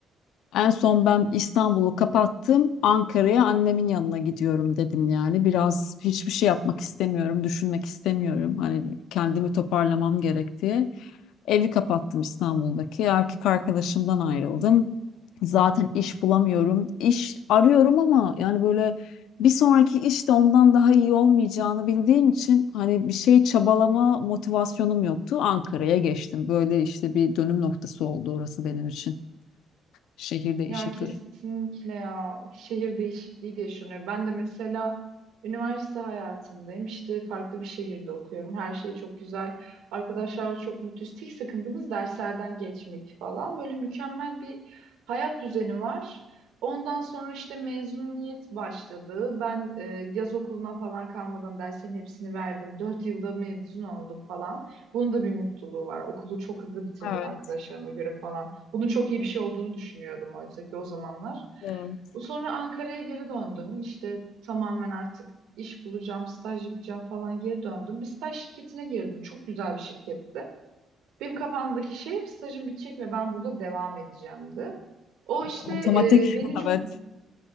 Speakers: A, on the left (about 85°); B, on the right (about 85°).
A: En son ben İstanbul'u kapattım. Ankara'ya annemin yanına gidiyorum dedim yani. Biraz hiçbir şey yapmak istemiyorum, düşünmek istemiyorum. Hani kendimi toparlamam gerek diye. Evi kapattım İstanbul'daki. Erkek arkadaşımdan ayrıldım. Zaten iş bulamıyorum. İş arıyorum ama yani böyle bir sonraki iş de ondan daha iyi olmayacağını bildiğim için hani bir şey çabalama motivasyonum yoktu. Ankara'ya geçtim. Böyle işte bir dönüm noktası oldu orası benim için. Şehir değişikliği.
B: Ya kesinlikle ya şehir değişikliği de yaşanıyor. Ben de mesela üniversite hayatındayım. İşte farklı bir şehirde okuyorum. Her şey çok güzel. Arkadaşlarla çok mutluyuz. Tek sıkıntımız derslerden geçmek falan. Böyle mükemmel bir hayat düzeni var. Ondan sonra işte mezuniyet başladı. Ben e, yaz okuluna falan kalmadan derslerin hepsini verdim. Dört yılda mezun oldum falan. Bunun da bir mutluluğu var. Okulu çok hızlı bitirdim
A: Evet.
B: arkadaşlarıma göre falan bunun çok iyi bir şey olduğunu düşünüyordum oysa ki o zamanlar.
A: evet.
B: Bu sonra Ankara'ya geri döndüm. İşte tamamen artık iş bulacağım, staj yapacağım falan geri döndüm. Bir staj şirketine girdim. Çok güzel bir şirketti. Benim kafamdaki şey hep stajım bitecek ve ben burada devam edeceğimdi. O işte
A: Otomatik.
B: e, beni
A: <laughs>
B: çok
A: Evet.